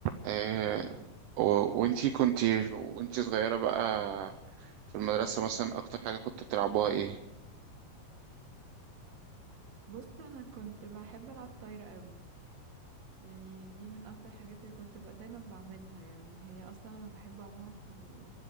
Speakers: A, on the right; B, on the right.
A: آه، و- وانتي كنتي وانتي صغيرة بقى في المدرسة مثلا أكتر حاجة كنت بتلعبوها إيه؟
B: بص انا كنت بحب العب طايره قوي يعني دي من اكتر حاجات اللي كنت بقى دايما بعملها يعني هي اصلا انا بحب عموما في ال